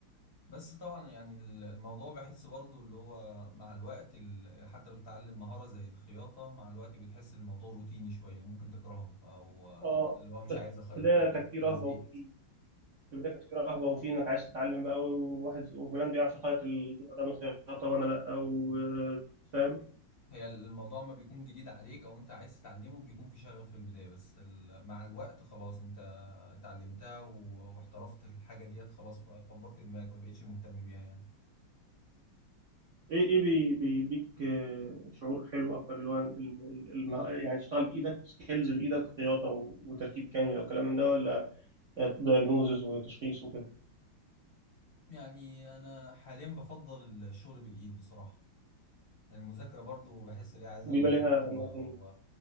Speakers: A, on the left; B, on the right.
A: بس طبعا يعني ال- الموضوع بحس برضو اللي هو مع الوقت ال- حتى لو بتتعلم مهارة زي الخياطة مع الوقت بتحس الموضوع روتيني شوية ممكن تكرهه أو آه،
B: اه
A: اللي هو مش
B: بس
A: عايز
B: في
A: أخيط
B: البدايه
A: تاني
B: كانت في
A: أنا
B: رهبه
A: زهقت
B: وفي في البدايه كانت في رهبه وفي انك عايز تتعلم بقى وواحد وفلان بيعرف يخيط النوع ده من الخياطه وانا لا وفاهم
A: مم. هي الموضوع ما بيكون جديد عليك أو أنت عايز تتعلمه بيكون في شغف في البداية بس ال- مع الوقت خلاص أنت اتعلمتها و- واحترفت الحاجة ديت خلاص فكبرت دماغك ما بقتش مهتم بيها يعني
B: ايه ايه بي- بيديك آه، شعور حلو اكتر اللي هو ال- ال- المه- يعني تشتغل بايدك سكيلز بايدك خياطه و- وتركيب كانيولا وكلام من ده ولا دايجنوزز وتشخيص وكده
A: يعني أنا حاليا بفضل الشغل بالإيد بصراحة المذاكرة برضو بحس إن هي عايزة
B: بيبقى
A: مجهود
B: ليها
A: و...
B: انواع
A: و...
B: تانية